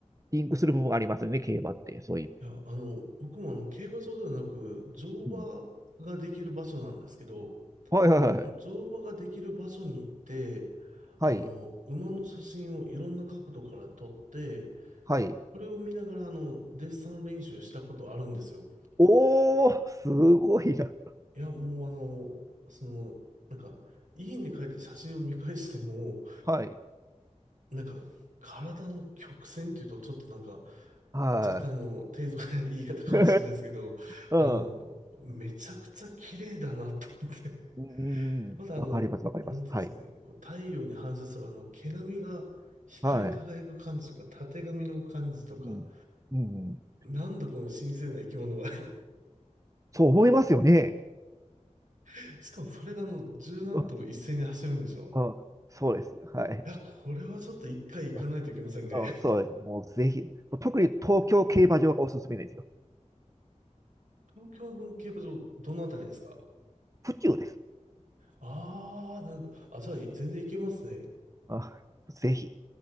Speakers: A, on the right (about 25°); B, on the right (about 85°).
A: リンクする部分ありますよね、競馬って。そういう。
B: や、あの、僕もあの、競馬場ではなく、乗馬ができる場所なんですけど、
A: うん。はいはいはい。
B: 乗馬ができる場所に行って、
A: はい。
B: あの、馬の写真をいろんな角度から撮って、
A: はい。
B: それを見ながら、あの、デッサン練習したことあるんですよ。
A: おー、すごいな。
B: いや、もうあの、その、なんか、家に帰って写真を見返しても、
A: はい。
B: なんか、体の曲線っていうと、ちょっとなんか、
A: は
B: 若干あの、低俗な言い方かもしれないですけど、
A: い。<laughs> うん。
B: あの、めちゃくちゃ綺麗だなと思って
A: うんうんうん。
B: まだあの、
A: わかります、わかります。
B: なんていうんですかね、
A: はい。
B: こう太陽に反射するあの毛並みが光り輝く感じとか、
A: はい。
B: たてがみの感じとか、
A: うん。うん。
B: なんだこの神聖な生き物は。
A: そう思いますよね。
B: <laughs> しかもそれがあの十何頭一斉に走るんでしょ。
A: うんあ、そうです。はい。
B: いや、これはちょっと一回行かないといけませんね。
A: あ、あそう、
B: <laughs>
A: もうぜひ、特に東京競馬場がおすすめですよ。
B: 東京の競馬場、どのあたりですか
A: 府中です。
B: ああー、なるほど。あ、じゃあ全然行けますね。
A: あ、ぜひ。